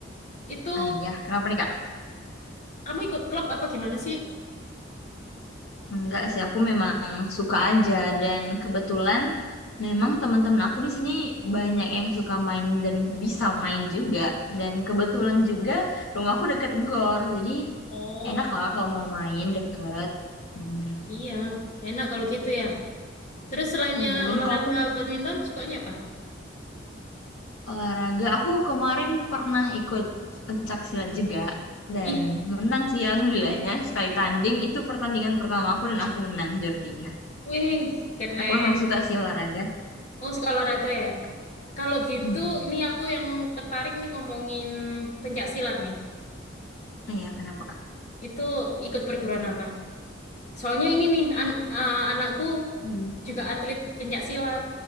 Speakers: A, on the left; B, on the left.
A: Itu
B: Ah iya, kenapa nih, Kak?
A: kamu ikut klub apa gimana sih?
B: Enggak sih, aku memang suka aja dan kebetulan memang teman-teman aku di sini banyak yang suka main dan bisa main juga. Dan kebetulan juga rumahku deket gor, jadi
A: Oh,
B: enak lah kalau mau main deket. Hmm,
A: iya. Enak kalau gitu ya. Terus selainnya
B: Iya, dan
A: olahraga
B: kalaupun
A: badminton, sukanya apa?
B: Olahraga, aku kemarin pernah ikut pencak silat juga dan
A: Ih,
B: menang sih alhamdulillahnya. Sekali tanding itu pertandingan pertama aku dan aku menang juara tiga.
A: wih, keren.
B: Aku memang suka sih olahraga.
A: Oh, suka olahraga ya? Kalau gitu,
B: Hmm.
A: ini aku yang tertarik nih ngomongin pencak silat nih.
B: Ah ya, kenapa Kak?
A: Itu ikut perguruan apa? Soalnya ini nih, an- eh, anakku
B: Hmm.
A: juga atlet pencak silat.